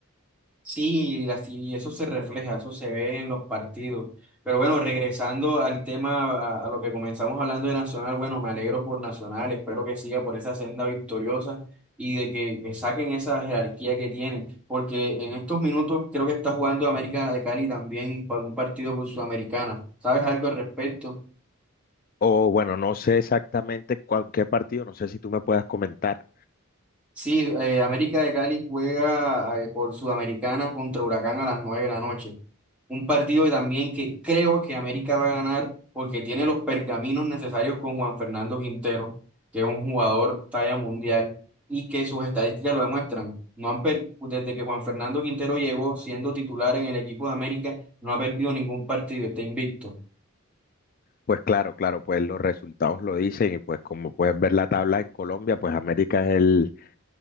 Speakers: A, in the centre; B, on the left.
A: Sí, y así- y eso se refleja, eso se ve en los partidos. Pero bueno, regresando al tema, a, a lo que comenzamos hablando de Nacional, bueno, me alegro por Nacional, espero que siga por esa senda victoriosa y de que, que saquen esa jerarquía que tienen, porque en estos minutos creo que está jugando América de Cali también para un partido por Sudamericana. ¿Sabes algo al respecto?
B: O bueno, no sé exactamente cuál qué partido, no sé si tú me puedas comentar.
A: Sí, eh, América de Cali juega eh, por Sudamericana contra Huracán a las 9 de la noche. Un partido también que creo que América va a ganar porque tiene los pergaminos necesarios con Juan Fernando Quintero, que es un jugador talla mundial y que sus estadísticas lo demuestran. No han per- Desde que Juan Fernando Quintero llegó siendo titular en el equipo de América, no ha perdido ningún partido, está invicto.
B: Pues claro, claro, pues los resultados lo dicen y pues como puedes ver la tabla en Colombia, pues América es el,